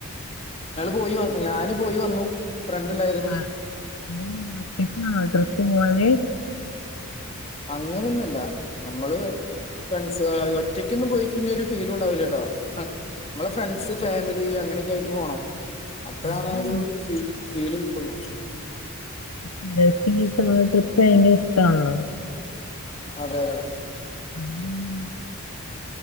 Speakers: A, on the left (about 25°); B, on the left (about 85°).
A: ഞങ്ങള് പോയി വന്ന് ഞാന് പോയി വന്നു ഫ്രണ്ട്ണ്ടായി
B: ആ അതെങ്ങന്യാ ഒറ്റക്കാണോ ട്രിപ്പ് പോവല്
A: അങ്ങനൊന്നല്ല നമ്മള് ഫ്രണ്സ്കളായും ഒറ്റയ്ക്കൊന്നും പോയിക്കയ്ഞ്ഞാ ഒരു ഫീലും ണ്ടാവില്ലട്ടോ മ്മളെ ഫ്രണ്സ്, ഫാമിലി അങ്ങനെയൊക്കായിട്ട് പോണം അപ്പഴാണ്
B: അതാണ്
A: ഒരു ഫി ഫീല് കിട്ടുള്ളൂ
B: <unintelligible> ട്രിപ്പ് ഭയങ്കര ഇഷ്ട്ടാൺള്ളോ
A: അതെ അതെ
B: അതുകൊണ്ടാണ്